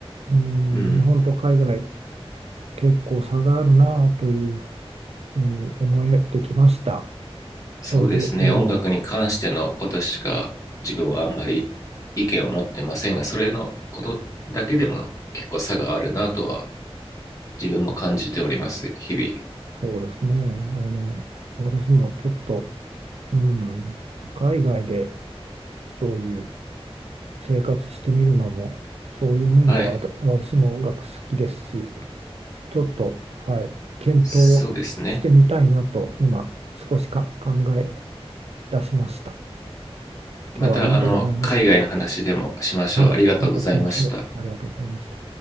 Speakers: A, on the right; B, on the left.
A: うん、
B: うん、
A: 日本と海外結構差があるなというふうに思えてきました。
B: そうですね。
A: それで、ええ、
B: 音楽に関してのことしか自分はあんまり意見を持ってませんが、それのことだけでも結構差があるなとは自分も感じております、日々。
A: そうですね。あの、私もちょっとうん、海外でそういう生活してみるのも、そういう面ではわた私も音楽好きですし、
B: はい、
A: ちょっと、はい、検討してみたいなと今少しか考え
B: そうですね。
A: 出しました。
B: またあの海外の話でもしましょう。
A: 今日はありがとうございました。はい、
B: ありがとうございました。
A: またしましょう。ありがとうございました。